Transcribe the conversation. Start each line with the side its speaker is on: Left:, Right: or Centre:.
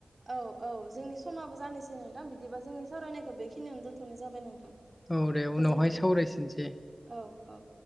Right: औ औ जोंनि समाबो जानोसै नोंथां बिदिबा जोंनि सावरायनायखौ बेखिनियावनो दोनथनाय जाबाय नोंथां।
Left: औ दे उनावहाय
Right: गोजोनथों
Left: सावरायफिनसै
Right: औ औ